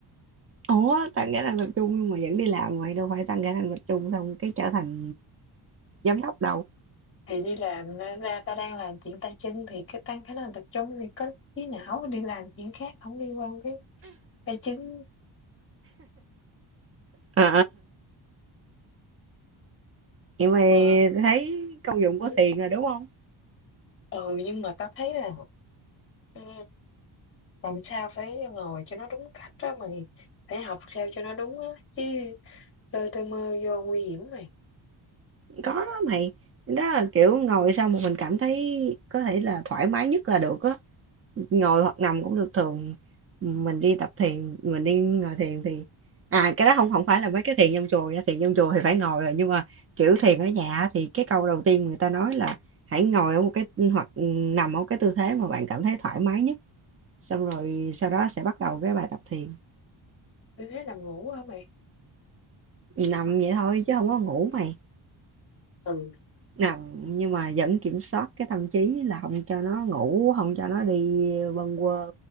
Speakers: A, on the right; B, on the left.
A: Ủa tăng khả năng tập trung nhưng mà vẫn đi làm mày đâu phải tăng khả năng tập trung xong cái trở thành giám đốc đâu.
B: thì đi làm ờ, ra ta đang làm chuyện tay chân thì cái tăng khả năng tập trung thì có trí não đi làm chuyện khác không liên quan cái tay chân
A: Ờ, Vậy mày
B: mà
A: thấy công dụng của
B: ừ
A: thiền rồi đúng không?
B: Ừ, nhưng mà tao thấy là ừ, làm sao phải ngồi cho nó đúng cách đó mày phải học sao cho nó đúng á chứ lơ tơ mơ vô nguy hiểm mày
A: Có mày. Đó là kiểu ngồi sao mà mình cảm thấy có thể là thoải mái nhất là được á. ngồi hoặc nằm cũng được thường mình đi tập thiền mình đi ngồi thiền thì à cái đó không không phải là mấy cái thiền trong chùa nha thiền trong chùa thì phải ngồi rồi nhưng mà kiểu thiền ở nhà thì cái câu đầu tiên người ta nói là hãy ngồi ở một cái hoặc nằm ở một cái tư thế mà bạn cảm thấy thoải mái nhất xong rồi sau đó sẽ bắt đầu cái bài tập thiền
B: tôi thấy nằm ngủ hả mày
A: nằm vậy thôi chứ không có ngủ mày
B: ừ
A: nằm nhưng mà vẫn kiểm soát cái tâm trí là không cho nó ngủ không cho nó đi bâng quơ